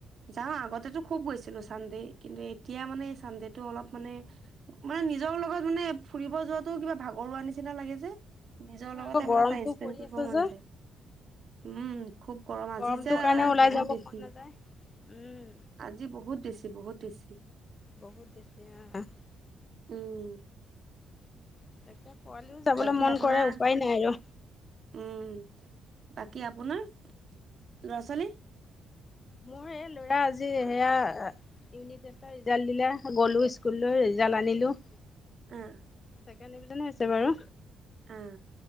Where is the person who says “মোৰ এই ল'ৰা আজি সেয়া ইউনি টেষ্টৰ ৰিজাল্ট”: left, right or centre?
Left